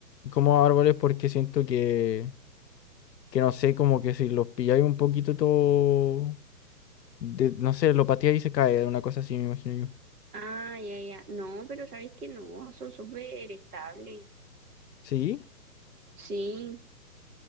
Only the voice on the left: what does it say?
Como árboles porque siento que... Que no sé, como que si los pilláis un poquito todo... de- no sé, lo pateáis y se cae. Una cosa así me imagino yo.
Sí.